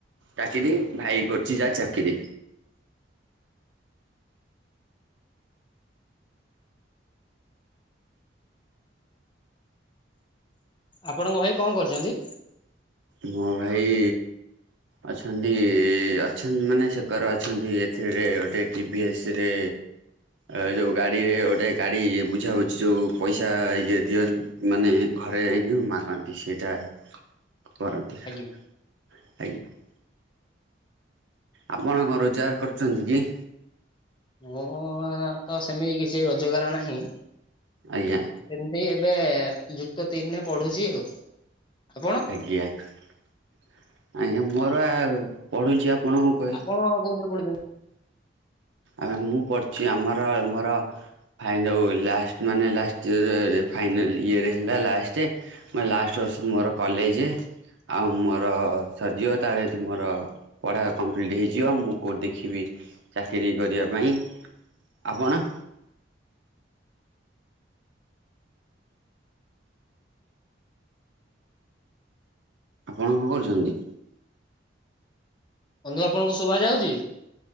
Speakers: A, on the right; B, on the left.
A: ଚାକିରି ଭାଇ କରୁଛି ଯାହା ଚାକିରି
B: ଆପଣଙ୍କ ଭାଇ କଣ କରୁଛନ୍ତି?
A: ମୋ ଭାଇ ଅଛନ୍ତି ଅଛନ୍ତି ମାନେ ସେକରେ ଅଛନ୍ତି ଏଥିରେ ଗୋଟେ ଟିଭି ଏସ ରେ ଆ ଯୋଉ ଗାଡିରେ ଗୋଟେ ଗାଡି ବୁଝାବୁଝି ଯୋଉ ପଇସା ଇଏ ଦିଅନ୍ତ ମାନେ ଘରେ ଏଇଯୋଉ ମାନନ୍ତି ସେଇଟା କରନ୍ତି
B: ଆଜ୍ଞା।
A: ଆଜ୍ଞା। ଆପଣ କଣ ରୋଜଗାର କରୁଛନ୍ତି କି?
B: ମୋର ତ ସେମିତି କିଛି ରୋଜଗାର ନାହିଁ।
A: ଆଜ୍ଞା।
B: ସେମିତି ଏବେ ଯୁକ୍ତ ତିନିରେ ପଢୁଛି ଆଉ ଆପଣ?
A: ଆଜ୍ଞା ଆଜ୍ଞା ମୋର ଆ ପଢ଼ୁଛି ଆପଣଙ୍କୁ କହିି
B: ହଁ କଉଥିରେ ପଢୁଛନ୍ତି?
A: ଆ ମୁଁ ପଢ଼ିଛି ଆମର ଆ ମୋର ଫାଇନ ଆଉ ଲାଷ୍ଟ ମାନେ ଲାଷ୍ଟ ଇଅର ଫାଇନାଲ ଇଅର ହେଲା ଲାଷ୍ଟ ମ ଲାଷ୍ଟ ବର୍ଷ ମୋର କଲେଜ ଆଉ ମୋର ସରଜିବ ତାର ଯଦି ମୋର ପଢା କମ୍ପ୍ଲିଟ ହେଇଯିବ ମୁଁ କୋଉଠି ଦେଖିବି ଚାକିରିୀ କରିବା ପାଇଁ ଆପଣ? ଆପଣ କଣ କରୁଛନ୍ତି?
B: ବନ୍ଧୁ ଆପଣଙ୍କୁ ଶୁଭା ଯାଉଛି?